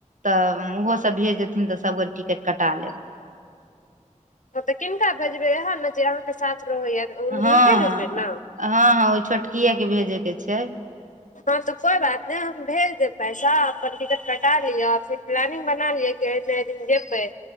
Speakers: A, on the right (about 75°); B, on the left (about 75°).
A: तऽ ओहो सब भेज देथिन तऽ सबगोट टिकट कटा लेब
B: हँ तऽ किनका भेजबै ऐहे ने जे अहाँके साथ रहैया हुनके
A: हँ
B: भेजबै ने
A: हँ हँ ओहि छोटकि के भेजे के छै
B: हँ तऽ कोइ बात नहि हम भेज देब पैसा अपन टिकट कटा लिअ फिर प्लानिंग बना लिअ जे ऐय नऽ ऐय दिन जेबे